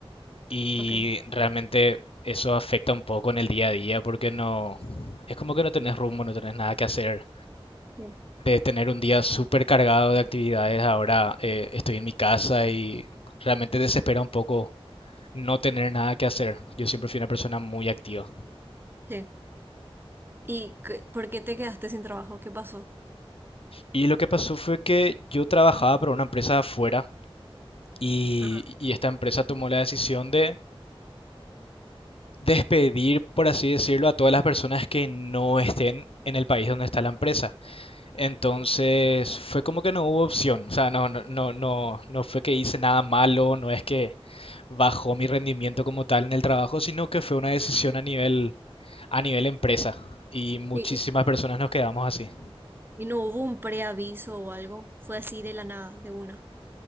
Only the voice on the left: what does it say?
y
realmente eso afecta un poco en el día a día porque no, es como que no tenés rumbo, no tenés nada que hacer.
De tener un día súper cargado de actividades, ahora eh, estoy en mi casa y realmente desespera un poco no tener nada que hacer. Yo siempre fui una persona muy activa.
Y lo que pasó fue que yo trabajaba para una empresa de afuera y,
y esta empresa tomó la decisión de despedir, por así decirlo, a todas las personas que no estén en el país donde está la empresa. Entonces fue como que no hubo opción. O sea, no, no, no, no, no fue que hice nada malo, no es que bajó mi rendimiento como tal en el trabajo, sino que fue una decisión a nivel, a nivel empresa. Y muchísimas
personas nos quedamos así.